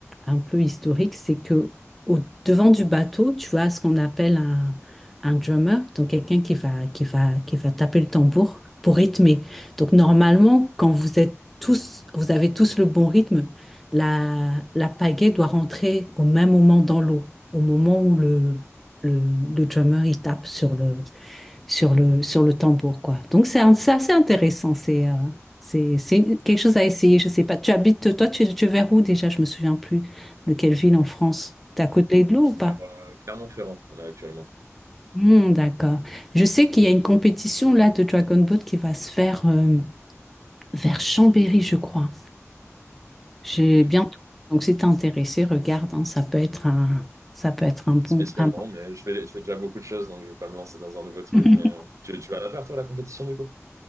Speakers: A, in the centre; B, on the right (about 80°).
A: un peu historique, c'est que au devant du bateau, tu as ce qu'on appelle un, un drummer, donc quelqu'un qui va, qui va, qui va taper le tambour pour rythmer. Donc, normalement, quand vous êtes tous, vous avez tous le bon rythme, la, la pagaie doit rentrer au même moment dans l'eau, au moment où le, le, le drummer il tape sur le, sur le, sur le tambour, quoi. Donc, c'est un- c'est assez intéressant. C'est euh, c'est, c'est quelque chose à essayer. Je sais pas. Tu habites, toi, tu, tu es vers où déjà? Je me souviens plus de quelle ville en France. T'es à côté de l'eau
B: C'est
A: ou pas?
B: vers euh, Clermont-Ferrand, là, actuellement.
A: Hmm, d'accord. Je sais qu'il y a une compétition là de Dragon Boat qui va se faire euh, vers Chambéry, je crois. J'ai
B: Ok.
A: bientôt. Donc, si t'es intéressé, regarde, hein, ça peut être un, ça peut être un bon.
B: Spécialement,
A: un bon.
B: mais je fais, je fais déjà beaucoup de choses, donc je vais pas me lancer dans un nouveau truc,
A: <laughs>
B: mais euh, tu, tu vas la faire, toi, la compétition, du coup?